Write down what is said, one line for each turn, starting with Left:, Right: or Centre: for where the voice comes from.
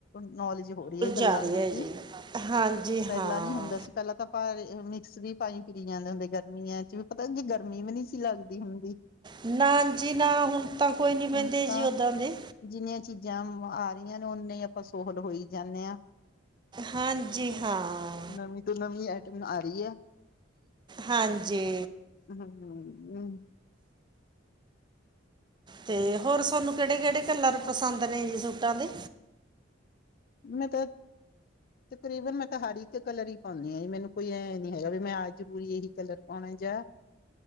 Left: ਨੌਲੇਜ ਹੋ ਰਹੀ ਹੈ ਗੱਲਾਂ
Right: ਆ ਰਹੀ
Left: ਦੀ
Right: ਹੈ
Left: ਵੀ
Right: ਜੀ ਹਾਂਜੀ
Left: ਪਹਿਲਾਂ
Right: ਹਾਂ
Left: ਨੀ ਹੁੰਦਾ ਸੀ। ਪਹਿਲਾਂ ਤਾਂ ਆਪਾਂ ਮਿਕਸ ਵੀ ਪਾਈ ਫਿਰੀ ਜਾਂਦੇ ਹੁੰਦੇ ਗਰਮੀਆਂ ਚ ਤਾਂ ਗਰਮੀ ਵੀ ਨਹੀਂ ਸੀ ਲੱਗਦੀ ਹੁੰਦੀ।
Right: ਨਾ ਜੀ ਨਾ ਹੁਣ ਤਾਂ ਕੋਈ ਨੀ ਪਹਿੰਦੇ
Left: ਹੁਣ ਤਾਂ
Right: ਜੀ ਓਦਾਂ ਦੇ।
Left: ਜਿੰਨੀਆਂ ਚੀਜ਼ਾਂ ਆ ਰਹੀਆਂ ਨੇ ਉਓਨੇ ਹੀ ਆਪਾਂ ਸੋਹਲ ਹੋਈ ਜਾਣੇ ਹਾਂ।
Right: ਹਾਂਜੀ, ਹਾਂ।
Left: ਨਵੀਂ ਤੋਂ ਨਵੀਂ ਆਈਟਮ ਆ ਰੀ ਐ।
Right: ਹਾਂਜੀ।
Left: ਹਂ, ਹਂ।
Right: ਤੇ ਹੋਰ ਸਹਾਨੂੰ ਕਿਹੜੇ-ਕਿਹੜੇ ਕਲਰ ਪਸੰਦ ਨੇ ਜੀ ਸੂਟਾਂ ਦੇ।
Left: ਮੈਂ ਤੇ ਤਕਰੀਬਨ ਮੈਂ ਤਾਂ ਹਰ ਇੱਕ ਕਲਰ ਈ ਪਾਉਂਣੀ ਆਂ ਜੀ, ਮੈਨੂੰ ਕੋਈ ਐ ਨੀ ਹੈਗਾ ਵੀ ਮੈਂ ਆ ਜਰੂਰੀ ਏਹੀ ਕਲਰ ਪਾਉਣੇ ਜਾ